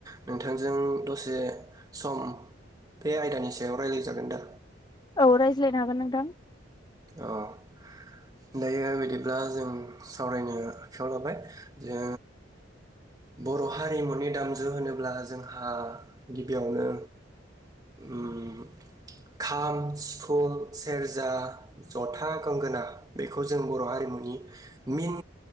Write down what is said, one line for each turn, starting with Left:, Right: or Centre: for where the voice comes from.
Right: नोंथांजों दसे सम बे आयदानि सायाव रायजलायजागोन दा
Left: औ रायज्लायनो हागोन नोंथां
Right: अह दायो बिदिब्ला जों सावरायनो आखायाव लाबाय जे बर' हारिमुनि दामजु होनोब्ला जोंहा गिबियावनो ओम खाम, सिफुं, सेरजा जथा, गंगोना बेखौ जों बर' हारिमुनि मिन